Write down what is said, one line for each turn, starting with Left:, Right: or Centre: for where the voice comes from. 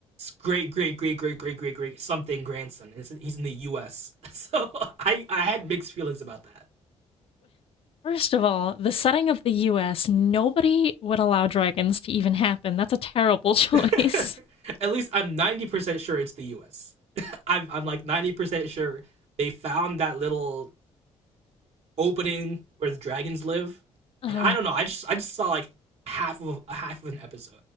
Right: great, great, great, great, great, great, great something grandson. And he's in the U.S., <laughs> so I I had mixed feelings about that.
Left: First of all, the setting of the US, nobody would allow dragons to even happen. That's a terrible <laughs> choice.
Right: <laughs> At least I'm ninety percent sure it's the U.S. <laughs> I'm I'm like ninety percent sure they found that little opening where the dragons live,
Left: Uh,
Right: and I don't know. I just I just saw like half of half of an episode